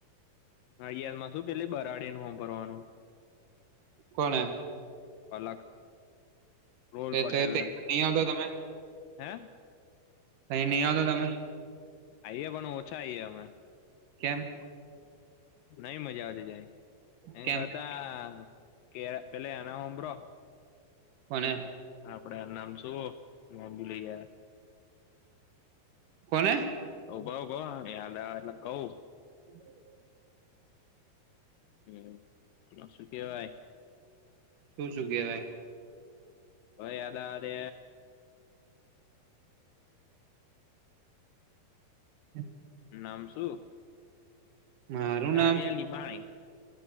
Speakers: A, on the left (about 80°); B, on the right (about 65°).
A: નાડીયાદમાં શું પેલી બરાડીને હભરવાનું
B: કોને?
A: પલક ધોલ
B: નહી
A: પટેલ ને
B: આવતા તમે
A: હે
B: કયની આવતા તમે
A: આયે પણ ઓછા આયે અમે
B: કેમ?
A: નહિ મજા આવતી ત્યાં એન
B: કેમ
A: કરતા કે પેલા એના હભળો
B: કોને?
A: આપણે એન નામ શું <unintelligible>
B: કોને
A: <unintelligible> એટલે કહું
B: <inaudible>
A: હમ્મ શું કેવાય
B: શું શું કેવાય?
A: ભાઈ યાદ આવા દે
B: <inaudible>
A: નામ શું
B: મારું
A: કાવ્યા
B: નામ
A: લિમાણી